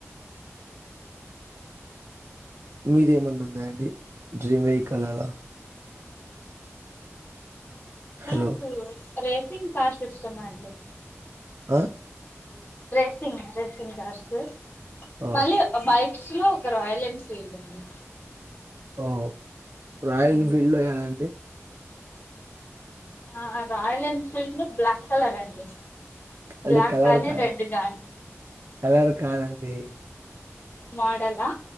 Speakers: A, on the right; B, on the left.
A: మీది ఏమనా ఉందయంండి డ్రీమ్ వెహికల్ అలా
B: నాకు
A: హలో
B: రేసింగ్ కార్ సిస్టమ్ అండి
A: ఆ
B: రేసింగ్ రేసింగ్ కార్స్ స
A: ఓహ్!
B: మళ్ళీ మై స్లో ఒక ఒక రయల్ ఎన్ఫీల్డ్ అండి
A: ఓ రాయల్
B: మ్మ్.
A: ఎన్ఫీల్డ్ లో ఏదండి
B: ఆ రాయల్ ఎన్ఫీల్డ్ బ్లాక్ కలర్ అండి
A: అంటే
B: బ్లాక్
A: కలర్
B: కానీ
A: కాదు
B: రెడ్ కానీ
A: కలర్ కాదండి
B: మోడల